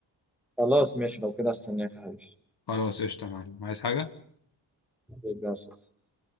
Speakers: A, in the centre; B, on the left.
A: خلاص ماشي لو كده استناك يا حبيبي
B: خلاص قشطه يا معلم عايز حاجه
A: حبيبي يا أستاذ.